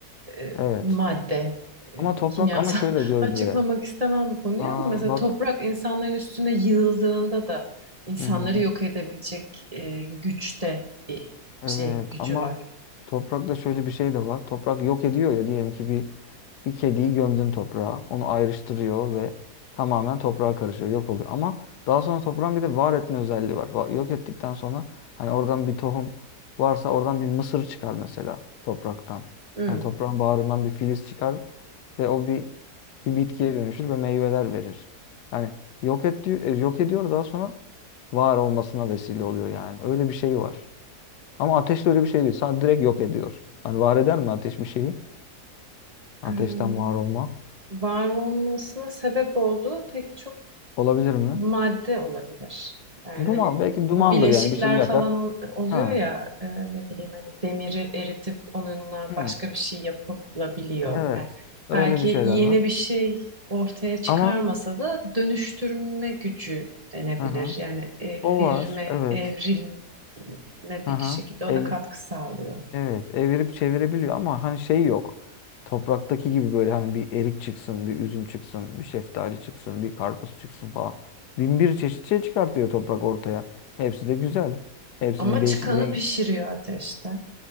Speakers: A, on the right (about 25°); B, on the left (about 85°).
A: e,
B: Evet.
A: madde, e,
B: Ama toprak
A: kimyasal
B: ama şöyle
A: <laughs>
B: Gözde.
A: açıklamak istemem bu konuyu
B: Aa
A: ama mesela
B: bak.
A: toprak insanların üstüne yığıldığında da insanları
B: Hı-hı.
A: yok edebilecek e, güçte bir
B: Evet
A: şey gücü
B: ama
A: var.
B: toprakta şöyle bir şey de var. Toprak yok ediyor ya diyelim ki bir Bir kediyi gömdün toprağa. Onu ayrıştırıyor ve tamamen toprağa karışıyor. Yok oluyor. Ama daha sonra toprağın bir de var etme özelliği var. Va- Yok ettikten sonra hani oradan bir tohum varsa oradan bir mısır çıkar mesela topraktan.
A: Hmm.
B: Hani toprağın bağrından bir filiz çıkar ve o bir bir bitkiye dönüşür ve meyveler verir. Yani yok et diyor, e, yok ediyor daha sonra var olmasına vesile oluyor yani. Öyle bir şey var. Ama ateş de öyle bir şey değil. Sadece direkt yok ediyor. Hani var eder mi ateş bir şeyi? Ateşten
A: Hmm.
B: var olma.
A: Var olmasına sebep olduğu pek çok
B: Olabilir mi?
A: madde olabilir. Yani
B: Duman.
A: hani
B: Belki dumandır
A: bu bileşikler
B: yani. Bir şey yakar.
A: falan ol- oluyor
B: Ha.
A: ya e, ne bileyim hani demiri eritip onunla
B: Hı.
A: başka bir şey yapılabiliyor.
B: Evet.
A: Yani
B: Öyle
A: belki
B: bir şeyler
A: yeni
B: var.
A: bir şey ortaya çıkarmasa
B: Ama
A: da dönüştürme gücü denebilir.
B: aha,
A: Yani evirme,
B: o var. Evet.
A: evrilme
B: Aha.
A: bir şekilde o
B: Ev,
A: da katkı sağlıyor.
B: evet. Evirip çevirebiliyor ama hani şey yok. Topraktaki gibi böyle hani bir erik çıksın, bir üzüm çıksın, bir şeftali çıksın, bir karpuz çıksın falan. Bin bir çeşit şey çıkartıyor toprak ortaya. Hepsi de güzel. Hepsinin
A: Ama
B: değişik
A: çıkanı
B: renk.
A: pişiriyor ateşte.